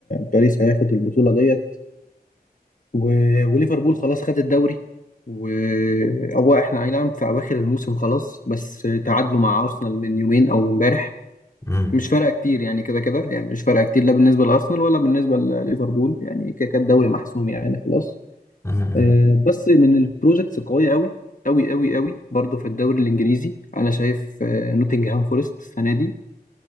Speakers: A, on the left; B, on the left.
A: باريس هياخد البطوله ديت و... وليفربول خلاص خد الدوري و هو احنا اي نعم في اواخر الموسم خلاص بس تعادلوا مع ارسنال من يومين او امبارح
B: مم.
A: مش فارقه كتير يعني كده كده يعني مش فارقه كتير لا بالنسبه لارسنال ولا بالنسبه لليفربول يعني كده كده الدوري محسوم يعني خلاص
B: مم. مم.
A: آه، بس من البروجكتس القويه قوي قوي قوي قوي برضو في الدوري الانجليزي انا شايف آه، نوتنجهام فورست السنه دي